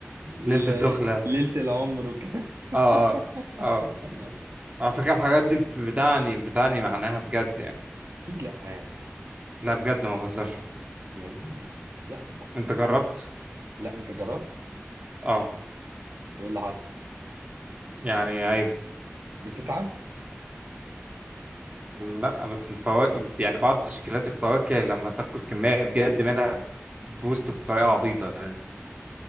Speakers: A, on the right; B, on the right.
A: ال-
B: ليلة الدخلة
A: ليلة العمر وكده
B: اه اه
A: <laughs>
B: اه على فكرة الحاجات دي بت- بتعني بتعني معناها بجد يعني
A: أكيد لأ يعني
B: لا بجد ما بهزرش
A: يعني ايه يعني لا طبعا
B: انت جربت
A: لا انت جربت
B: اه
A: وايه اللي حصل
B: يعني عيب
A: بتتعب
B: لا بس الفواكه يعني بعض تشكيلات الفواكه لما تاكل كمية بجد منها بوست بطريقة عبيطة يعني